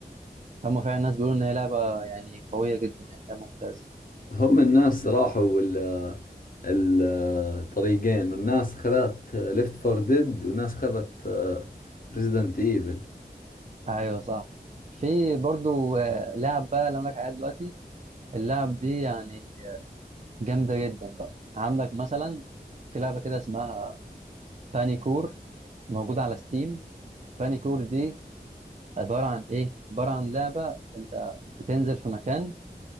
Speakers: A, on the right (about 45°); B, on the left (about 55°).
A: هم فعلا الناس بيقولوا ان هي لعبه يعني قويه جدا يعني لعبة ممتازه
B: هم الناس راحوا ال الطريقين والناس خذت ليفت فور ديد وناس خذت ريزيدنت ايفل
A: ايوه صح في برضه آه، لعب بقى اللي انا لك عليها دلوقتي اللعب دي يعني جامده جدا بقى عندك مثلا في لعبه كده اسمها بانيكور موجوده على ستيم بانيكور دي عباره عن ايه عباره عن لعبه انت بتنزل في مكان